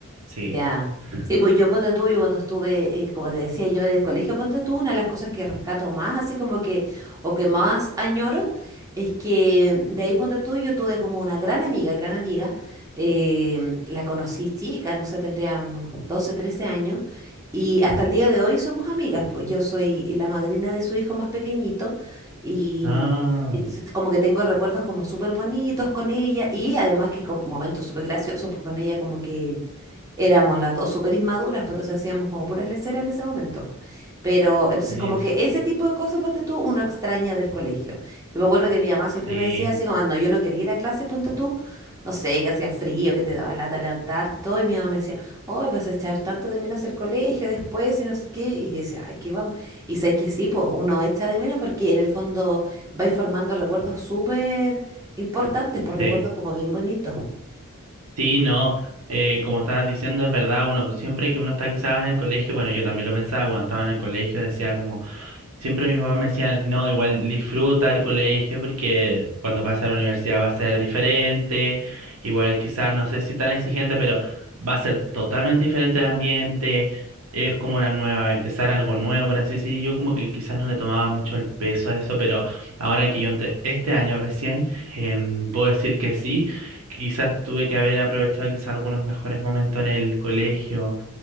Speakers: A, on the right; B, on the right.
A: sí.
B: Ya.
A: <laughs>
B: Sí, pues yo ponte tú, yo cuando estuve, eh, como te decía yo en el colegio, ponte tú, una de las cosas que rescato más, así como que, o que más añoro, es que de ahí ponte tú, yo tuve como una gran amiga, gran amiga, eh, la conocí chica, no sé, tendría unos 12, 13 años, y hasta el día de hoy somos amigas, pues yo soy la madrina de su hijo más pequeñito, y
A: Ah,
B: entonces como que tengo recuerdos como súper bonitos con ella, y además que como momentos súper graciosos, pues con ella como que éramos las dos súper inmaduras, pues entonces hacíamos como puras leceras en ese momento. po. Pero entonces
A: es-
B: como que ese tipo de cosas, ponte tú, uno extraña del colegio. Yo me acuerdo que mi mamá siempre
A: sí,
B: me decía así como, "Ah, no, yo no quería ir a clase, ponte tú, no sé, que hacía frío, que te daba lata levantarte y todo, y mi mamá me decía, hoy vas a echar tanto de menos el colegio después y no sé qué, y yo decía, ay, qué vamos. Y sabes que sí, pues uno echa de menos porque en el fondo vais formando recuerdos súper importantes, por
A: sí.
B: recuerdos como bien bonitos.
A: Sí, no, eh, como estabas diciendo, es verdad, uno siempre que uno está quizás en el colegio, bueno, yo también lo pensaba cuando estaba en el colegio, decía como, Siempre mis papás me decían, no, igual disfruta el colegio porque cuando pases a la universidad va a ser diferente, igual quizás no sé si tan exigente, pero va a ser totalmente diferente el ambiente, es como una nueva, empezar algo nuevo, por así decir, y yo como que quizás no le tomaba mucho el peso a eso, pero ahora que yo entré este año recién, em, puedo decir que sí, quizás tuve que haber aprovechado quizás algunos mejores momentos en el colegio,